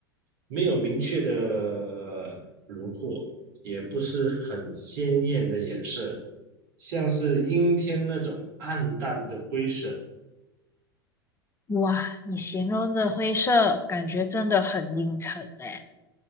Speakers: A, on the right; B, on the left.
A: 没有明确的轮廓，也不是很鲜艳的颜色，像是阴天那种暗淡的灰色。
B: 哇，你形容的灰色感觉真的很阴沉诶。